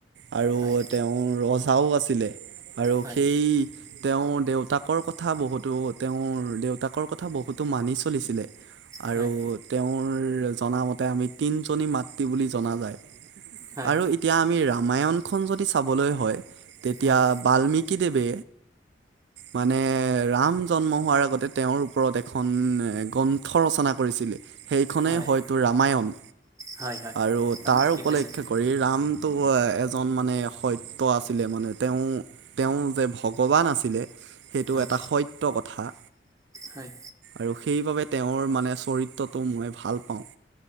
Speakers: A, on the right; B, on the right.
A: আৰু
B: হয়
A: তেওঁ ৰজাও আছিলে আৰু
B: হয়
A: সেই তেওঁ দেউতাকৰ কথা বহুতো তেওঁৰ দেউতাকৰ কথা বহুতো মানি চলিছিলে আৰু
B: হয়
A: তেওঁৰ জনামতে আমি তিনিজনী মাতৃ বুলি জনা যায়। আৰু
B: হয়
A: এতিয়া আমি ৰামায়ণখন যদি চাবলৈ হয় তেতিয়া
B: হয়
A: বাল্মীকিক কি দেবে মানে ৰাম জন্ম হোৱাৰ আগতে তেওঁৰ ওপৰত এখন গ্ৰন্থ ৰচনা কৰিছিলে। সেইখনেই
B: হয়
A: হয়তো ৰামায়ণ।
B: হয় হয়
A: আৰু
B: আপুনি
A: তাৰ
B: ঠিকেই
A: উপলক্ষে
B: কৈছে
A: কৰি ৰামটো এজন মানে সত্য আছিলে মানে তেওঁ তেওঁ যে ভগৱান আছিলে সেইটো
B: হয়
A: এটা সত্য কথা।
B: হয়
A: আৰু সেইবাবে তেওঁৰ মানে চৰিত্ৰটো মই ভাল পাওঁ।